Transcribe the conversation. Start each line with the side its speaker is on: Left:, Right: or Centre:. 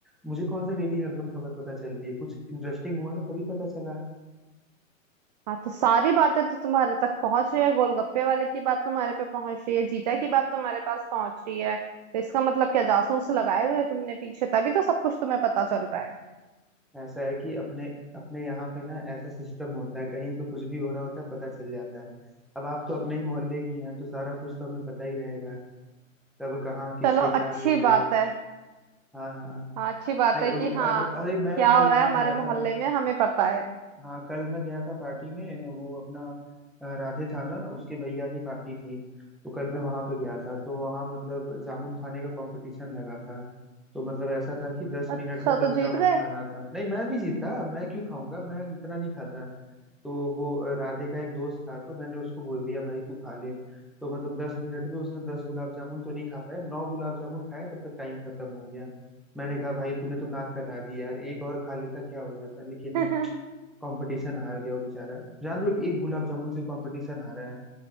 Centre: मुझे कौन सा डेली हरदम खबर पता चलती है कुछ इंटरेस्टिंग हुआ तो तभी पता चला
Right: हाँ तो सारी बातें तो तुम्हारे तक पहुंच रही है गोलगप्पे वाले की बात तुम्हारे पे पहुंच रही है जीजा की बात तुम्हारे पास पहुंच रही है तो इसका मतलब क्या जासूस लगाए हुए हैं तुमने पीछे तभी तो सब कुछ तुम्हें पता चल रहा है
Centre: ऐसा है कि अपने अपने यहाँ पे ना ऐसा सिस्टम होता है कहीं पे कुछ भी हो रहा होता है पता चल जाता है अब आप तो अपने ही मोहल्ले की हैं तो सारा कुछ तो हमें पता ही रहेगा कब कहाँ किससे
Right: चलो
Centre: क्या
Right: अच्छी
Centre: मिल रहे
Right: बात है
Centre: हाँ हाँ
Right: हाँ अच्छी बात
Centre: नहीं
Right: है
Centre: और
Right: कि हाँ
Centre: अरे मैं
Right: क्या
Centre: कल
Right: हो रहा
Centre: वहां
Right: है हमारे
Centre: गया
Right: मोहल्ले
Centre: था
Right: में हमें पता है
Centre: हाँ कल मैं गया था पार्टी में वो अपना अ, राधे था ना उसके भैया की पार्टी थी तो कल मैं वहां पे गया था तो वहां मतलब जामुन खाने का कंपटीशन लगा था तो मतलब ऐसा था कि दस मिनट
Right: अच्छा
Centre: में दस
Right: तो जीत
Centre: जामुन
Right: गए
Centre: खाना था नहीं मैं नहीं जीता मैं क्यों खाऊंगा मैं इतना नहीं खाता तो वो अ, राधे का एक दोस्त था तो मैंने उसको बोल दिया भाई तू खा ले तो मतलब दस मिनट में उसने दस गुलाब जामुन तो नहीं खा पाया नौ गुलाब जामुन खाए तब तक टाइम खत्म हो गया मैंने कहा भाई तूने तो नाक कटा दी यार एक और खा लेता क्या हो जाता लेकिन
Right: <laughs>
Centre: कंपटीशन हार गया वो बेचारा जान रहे हो एक गुलाब जामुन से कंपटीशन हारा है